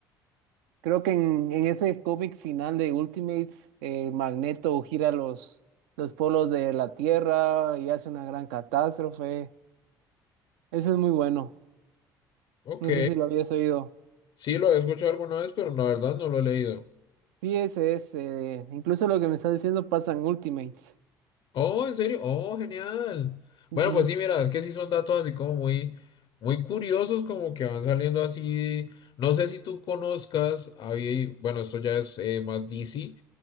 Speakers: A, on the right (about 80°); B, on the left (about 55°).
A: Creo que en, en ese cómic final de Ultimates, eh, Magneto gira los, los polos de la Tierra y hace una gran catástrofe. Eso es muy bueno.
B: Ok.
A: No sé si lo habías oído.
B: Sí, lo he escuchado alguna vez, pero la verdad no lo he leído.
A: Sí, ese es. eh, incluso lo que me estás diciendo pasa en Ultimates.
B: Oh, ¿en serio? Oh, genial.
A: Ujú.
B: Bueno, pues sí, mira, es que sí son datos así como muy, muy curiosos, como que van saliendo así. No sé si tú conozcas, hay- bueno, esto ya es eh, más DC,